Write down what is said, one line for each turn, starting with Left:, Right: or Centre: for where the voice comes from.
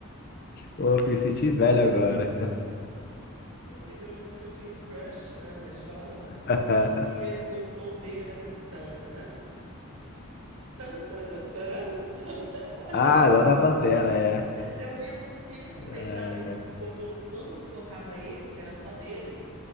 Left: Pô, me senti velho agora.
Right: Porque eu lembro que eu tinha um crush, né, na escola.
Left: Ah,
Right: E o tom dele era assim: tana. Tan, taran, taran, tan. <laughs>
Left: <laughs>
Right: Olha,
Left: ah, igual da Pantera, é.
Right: eu lembro perfeitamente,
Left: Ah,
Right: porque eu- quando tocava esse, que era só dele,